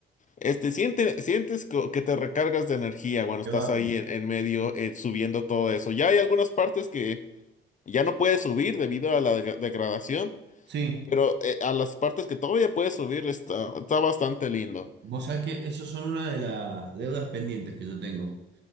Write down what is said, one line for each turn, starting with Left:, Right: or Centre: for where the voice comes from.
Left: este, siente- sientes co- que te recargas de energía cuando
Right: Qué
Left: estás
Right: bárbaro.
Left: ahí en, en medio eh, subiendo todo eso. Ya hay algunas partes que ya no puedes subir debido a la deg- degradación,
Right: Sí,
Left: pero eh, a las partes que todavía puedes subir está, está bastante lindo.
Right: vos sabés que esas son una de las deudas pendientes que yo tengo.